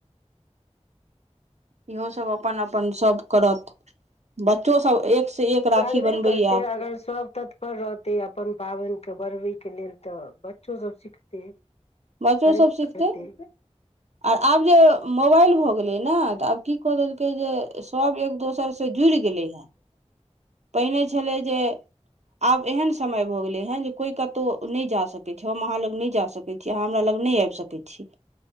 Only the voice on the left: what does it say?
करबे
करते
अगर सब तत्पर रहते अपन पाबन के बढ़बैके लेल तऽ बच्चो सभ सिखतै
करबे
करतै